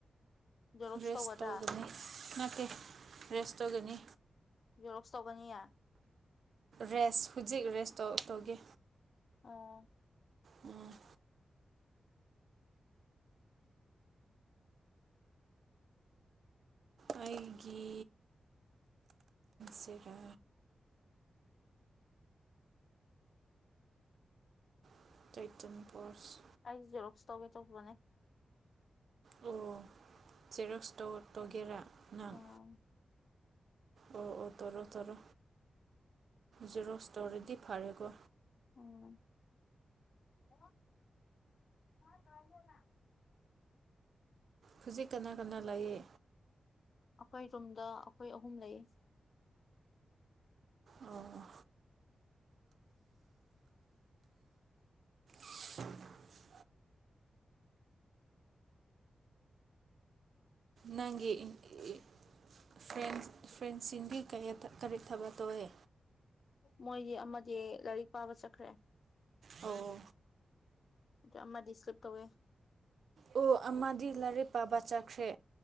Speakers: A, on the left (about 60°); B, on the right (about 75°).
A: ꯖꯦꯔꯣꯛꯁ
B: ꯔꯦꯁ
A: ꯇꯧꯒꯗ꯭ꯔꯥ
B: ꯇꯧꯒꯅꯤ ꯅꯠꯇꯦ ꯔꯦꯁ ꯇꯧꯒꯅꯤ
A: ꯌꯦꯔꯣꯛꯁ ꯇꯧꯒꯅꯤꯌꯦ
B: ꯔꯦꯁ ꯍꯧꯖꯤꯛ ꯔꯦꯁꯇꯣ ꯇꯧꯒꯦ
A: ꯑꯣ
B: ꯎꯝ ꯑꯩꯒꯤ ꯁꯦꯔ <unintelligible>
A: ꯑꯩ ꯖꯦꯔꯣꯛꯁ ꯇꯧꯒꯦ ꯇꯧꯕꯅꯦ
B: ꯑꯣ ꯆꯦꯔꯣꯛꯁ ꯇꯧ ꯇꯧꯒꯦꯔꯥ ꯅꯪ
A: ꯑꯥ
B: ꯑꯣ ꯑꯣ ꯇꯣꯔꯣ ꯇꯣꯔꯣ ꯖꯦꯔꯣꯛꯁ ꯇꯨꯔꯤꯗꯤ ꯐꯥꯔꯦꯀꯣ
A: ꯎꯝ <unintelligible>
B: ꯍꯧꯖꯤꯛ ꯀꯅꯥ ꯀꯅꯥ ꯂꯌꯦ
A: ꯑꯩꯈꯣꯏ ꯔꯨꯝꯗ ꯑꯩꯈꯣꯏ ꯑꯍꯨꯝ ꯂꯩ
B: ꯑꯣ <unintelligible> ꯅꯪꯒꯤ ꯏ ꯏ ꯐ꯭ꯔꯦꯟ ꯐ꯭ꯔꯦꯟꯁꯁꯤꯡꯗꯤ ꯀꯩꯌꯥ ꯀꯔꯤ ꯊꯕꯛ ꯇꯧꯋꯦ
A: ꯃꯣꯏꯗꯤ ꯑꯃꯗꯤ ꯂꯥꯏꯔꯤꯛ ꯄꯥꯕ ꯆꯠꯈ꯭ꯔꯦ
B: ꯑꯣ
A: ꯗ ꯑꯃꯗꯤ ꯏ꯭ꯁꯂꯤꯞ ꯇꯧꯋꯦ
B: ꯑꯣ ꯑꯃꯗꯤ ꯂꯥꯏꯔꯤꯛ ꯄꯥꯕ ꯆꯥꯈ꯭ꯔꯦ